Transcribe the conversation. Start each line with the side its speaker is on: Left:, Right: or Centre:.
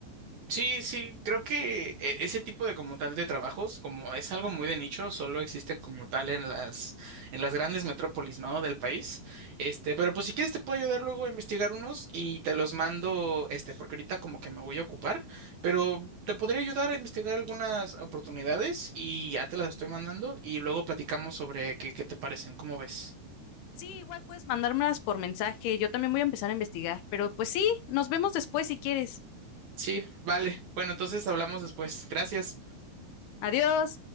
Right: Sí, sí, creo que eh, ese tipo de como tal de trabajos, como es algo muy de nicho, solo existen como tal en las en las grandes metrópolis, ¿no? del país. Este, pero pues si quieres te puedo ayudar luego a investigar unos y te los mando, este, porque ahorita como que me voy a ocupar, pero te podría ayudar a investigar algunas oportunidades y ya te las estoy mandando y luego platicamos sobre qué, qué te parecen, ¿cómo ves?
Left: Sí, igual puedes mandármelas por mensaje, yo también voy a empezar a investigar, pero pues sí, nos vemos después si quieres.
Right: Sí, vale. Bueno, entonces hablamos después. Gracias.
Left: Adiós.